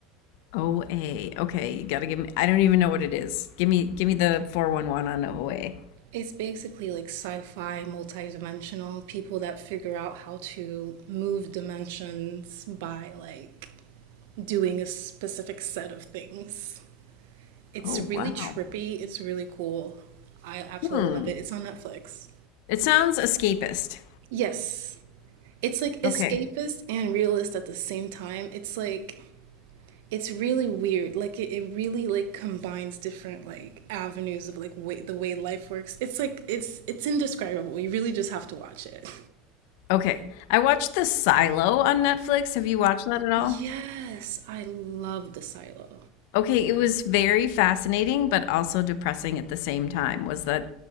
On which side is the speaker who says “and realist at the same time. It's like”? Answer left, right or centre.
Right